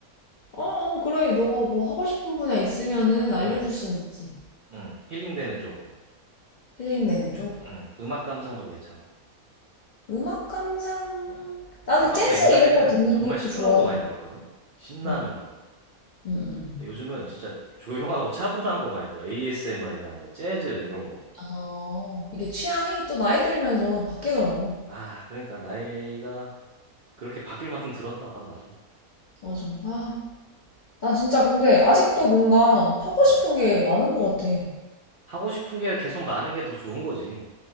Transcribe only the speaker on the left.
어, 어, 그래. 너가 뭐 하고 싶은 분야 있으면은 알려줄
수는 있지.
힐링되는 쪽.
음악 감상. 나는
재즈
이런 거 듣는
것도
좋아해.
어,
응, 응, 응.
아, 이게 취향이 또 나이 들면서 바뀌더라고.
맞아. 아, 난 진짜 근데 아직도
뭔가 하고
싶은 게 많은 것 같아.